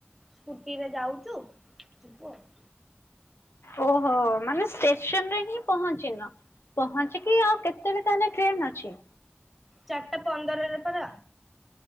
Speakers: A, in the centre; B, on the left.
A: ସ୍କୁଟିରେ ଯାଉଛୁ ଯିବୁ ଆଉ।
B: ଓହୋ ମାନେ ଷ୍ଟେସନ ରେ ହିଁ ପହଞ୍ଚିନ। ପହଞ୍ଚିକି ଆଉ କେତେବେ ତାହେଲେ ଟ୍ରେନ ଅଛି।
A: ଚାରିଟା ପନ୍ଦରରେ ପରା।